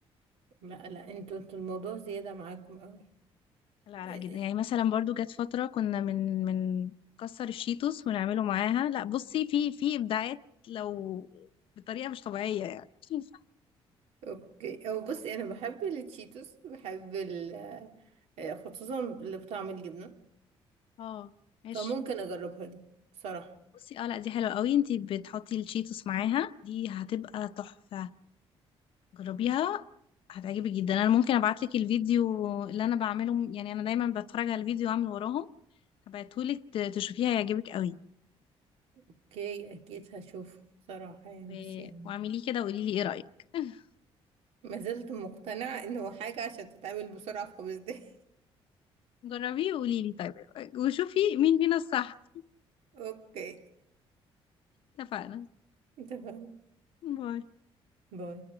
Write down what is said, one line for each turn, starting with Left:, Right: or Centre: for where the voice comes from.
Right: لا لا انتوا انتوا الموضوع زيادة معاكم أوي
Left: لا
Right: إيه،
Left: لا جدا يعني مثلا برضو جت فترة كنا من من كسر الشيتوس ونعمله معاها لا بصي في في إبداعات لو بطريقة مش طبيعية يعني <laughs>
Right: اوكي او بصي أنا بحب التشيتوس بحب ال آه، خصوصا اللي بطعم الجبنة
Left: اه ماشي
Right: فممكن أجربها دي بصراحة
Left: بصي اه لا دي حلوة قوي انتي بتحطي الشيتوس معاها دي هتبقى تحفة جربيها هتعجبك جدا انا ممكن ابعتلك الفيديو اللي انا بعمله يعني انا دايما بتفرج على الفيديو واعمل وراهم هبعتهولك ت- تشوفيها هيعجبك قوي
Right: اوكي أكيد هشوف بصراحة يعني
Left: و-
Right: بس يعني
Left: واعمليه كده وقولي لي ايه رأيك <laughs>
Right: ما زلت مقتنعة انه حاجة عشان تتعمل بسرعة في خمس دقايق
Left: جربيه وقولي لي طيب وشوفي مين فينا الصح
Right: <laughs> اوكي
Left: اتفقنا
Right: <laughs> انت فاهم
Left: باي
Right: باي